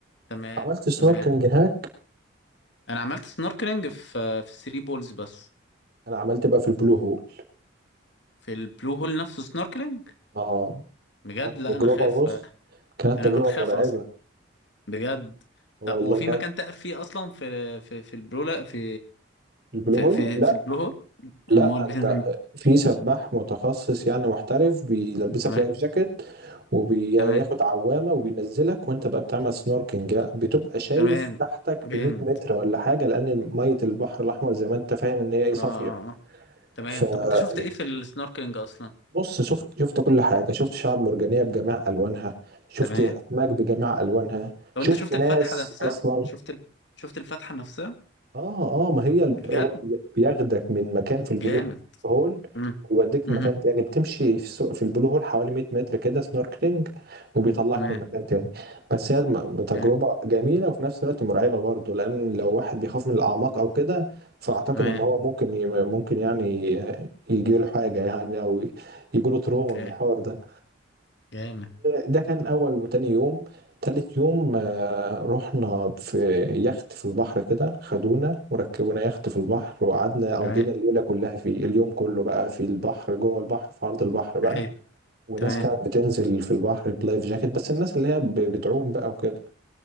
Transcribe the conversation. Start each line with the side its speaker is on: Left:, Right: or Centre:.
Left: تمام
Right: عملت سنوركلينج
Left: تمام
Right: هناك
Left: أنا عملت سنوركلينج في في الثري بولز بس
Right: انا عملت بقى في البلو هول
Left: في البلو هول نفسه سنوركلينج
Right: اه
Left: بجد لا
Right: تجربة
Left: أنا خاف
Right: بص كانت
Left: أنا
Right: تجربة
Left: بنخاف
Right: مرعبة
Left: أصلا بجد
Right: والله
Left: طب هو في
Right: كانت
Left: مكان تقف فيه أصلا في في في البلو لا في
Right: البلو
Left: في
Right: هول
Left: في,
Right: لا
Left: في البلو هول
Right: لا
Left: أمال بتنزل
Right: انت في سباح متخصص يعني محترف بيلبسك
Left: تمام
Right: لايف جاكيت وبياخد
Left: تمام
Right: عوامة وبينزلك وانت بقى بتعمل سنوركينج بقى بتبقى شايف
Left: تمام
Right: تحتك
Left: جامد
Right: ب 100 متر ولا حاجة لأن مية البحر الأحمر زي ما انت فاهم ان هي ايه
Left: اه
Right: صافية
Left: اه آه. تمام
Right: فبص
Left: طب انت شفت ايه في السنوركلينج اصلا
Right: شفت شفت كل حاجة شفت شعاب مرجانية بجميع ألوانها شفت
Left: تمام
Right: أسماك بجميع ألوانها
Left: طب
Right: شفت
Left: انت شفت
Right: ناس
Left: الفتحه نفسها
Right: أصلا
Left: شفت ال... شفت الفتحه نفسها
Right: اه اه ما هي ال-
Left: بجد
Right: هو بي- بياخدك من مكان في البلو
Left: جامد
Right: هول
Left: مم.
Right: ويوديك في
Left: مم.
Right: مكان تاني بتمشي في سو- في البلو هول حوالي 100 متر كده سنوركلينج وبيطلعك
Left: تمام
Right: من مكان تاني بس هي م- تجربة
Left: جامد
Right: جميلة وفي نفس الوقت مرعبة برضه لأن لو واحد بيخاف من الأعماق أو كده فأعتقد
Left: تمام
Right: إن هو ممكن ي- ممكن يعني يجيله حاجة يعني أو يجيله تروما
Left: اوكي.
Right: من الحوار ده
Left: جامد
Right: ده كان أول وتاني يوم تالت يوم آه، رحنا في يخت في البحر كده خدونا وركبونا يخت في البحر وقعدنا قضينا
Left: تمام
Right: الليلة كلها فيه اليوم كله بقى في البحر جوه البحر في عرض البحر بقى
Left: ايه
Right: وناس
Left: تمام
Right: كانت بتنزل في البحر بلايف جاكيت بس الناس اللي هي ب- بتعوم بقى وكده